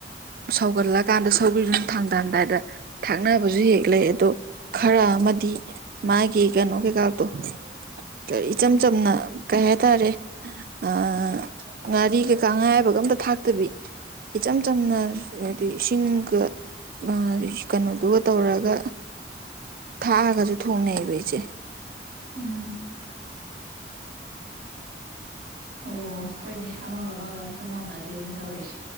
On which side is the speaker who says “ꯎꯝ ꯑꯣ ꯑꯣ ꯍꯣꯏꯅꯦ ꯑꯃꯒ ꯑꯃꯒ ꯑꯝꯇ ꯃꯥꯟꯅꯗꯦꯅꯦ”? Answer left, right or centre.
Right